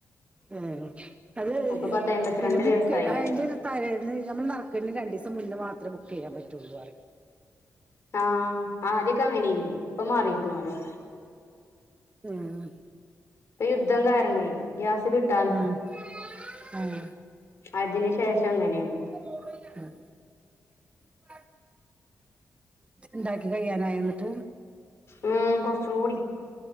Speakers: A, on the right; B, on the left.
A: ഏ അത്
B: അപ്പൊ പത്ത് അമ്പത്തിരണ്ട്
A: പിന്നെ ബുക്ക്
B: ദിവസായില്ലേ
A: അയിന്റെ തലെന്ന് നമ്മൾ നറക്കണ്ട രണ്ടീസം മുന്നേ മാത്രമേ ബുക്ക് ചെയ്യാൻ പറ്റുള്ളു അറയും
B: ആഹ് ആദ്യൊക്കെ അങ്ങനീന ഇപ്പൊ മാറിയിക്കണാലോ
A: മ്
B: ഇപ്പൊ യുദ്ധം കാരണെ ഗ്യാസ് കിട്ട
A: ആഹ ആഹ
B: അതിന് ശേഷം ഇങ്ങനെയാണ്
A: <inaudible> ണ്ടാക്കി കഴിയാനായോ എന്നിട്ട്
B: ഉം കുറച്ചുകൂടി